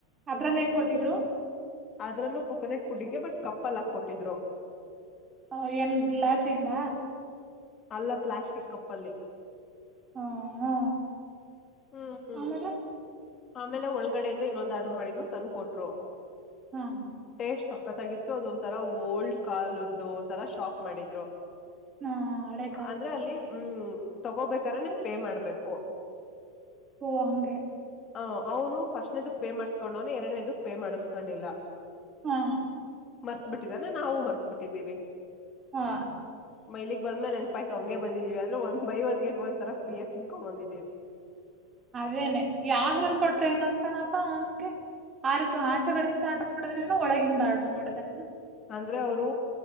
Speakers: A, on the right (about 15°); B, on the left (about 25°).
A: ಅದ್ರಲ್ಲ ಏನ್ ಕೊಟ್ಟಿದ್ರು
B: ಅದ್ರಲ್ಲೂ ಕೋಕೋನಟ್ ಫುಡ್ಡಿಂಗಗೆ ಬಟ್ ಕಪ್ಪಲ್ಲ ಹಾಕ ಕೊಟ್ಟಿದ್ರು
A: ಹ ನ್ ಗ್ಲಾಸ್ ಇಂದ
B: ಅಲ್ಲ ಪ್ಲಾಸ್ಟಿಕ್ ಕಪ್ಪಲ್ಲಿ
A: ಹಾ ಹಾ
B: ಹ್ಮ್ ಹ್ಮ್
A: ಆಮೇಲೆ
B: ಆಮೇಲೆ ಒಳಗಡೆಯಿಂದ ಇನ್ನೊಂದು ಆರ್ಡ್ರ ಮಾಡಿದ್ಲು ತಂದ ಕೊಟ್ರು
A: ಹಾ
B: ಟೇಸ್ಟ್ ಸಕ್ಕತ್ತಾಗಿತ್ತು ಅದೊಂಥರ ಓಲ್ಡ್ ಕಾಲ್ದು ತರ ಶಾಕ್ ಮಾಡಿದ್ರು
A: ಹಾ ಹಳೆ ಕಾಲದ
B: ಅಂದ್ರೆ
A: ತರ
B: ಅಲ್ಲಿ ಹ್ಮ್ ತಗೋಬೇಕ್ರನೆೆ ಪೇ ಮಾಡ್ಬೇಕು
A: ಓ ಅಂಗ
B: ಹ ಅವನು ಫಸ್ಟ್ನದಕ್ ಪೇ ಮಾಡ್ಸ್ಕೊಂಡ ಅವನ ಎರಡನೇದಕ್ ಪೇ ಮಾಡಿಸಸ್ಕೊಂಡಿಲ್ಲ
A: ಹಾ
B: ಮರ್ತ್ ಬಿಟ್ಟಿದಾನ ನಾವವು ಮರ್ತ್ ಬಿಟ್ಟಿದ್ದೀವಿ
A: ಹಾ
B: ಮೈಲಿಗ್ ಬಂದ್ಮೇಲೆ ಎೆನ್ಪಾಯ್ ಅಂಗೆ ಬಂದಿದ್ದೀವಿ ಆದ್ರೆ ಒಂದ್ ಬೈ ಒನ್ ಗೆಟ್ ಒನ್ ತರ ಫ್ರೀಯಾಗಿ ತಿನ್ಕೊಂಡ್ ಬಂದಿದ್ದೀವಿ
A: ಅದೇನೆ ಯಾವ್ದ್ರಲ್ ಕೊಟ್ರ ಏನ ಅಂತನಪಾ ಅವನ್ಗೆ ಆರಗು ಆಚೆ ಕಡೆಯಿಂದ ಆಡ ಮಾಡಿದ್ರನ ಒಳಗಿಂದ ಆಡ ಮಾಡಿದ್ರೇನ
B: ಅಂದ್ರೆ ಅವರು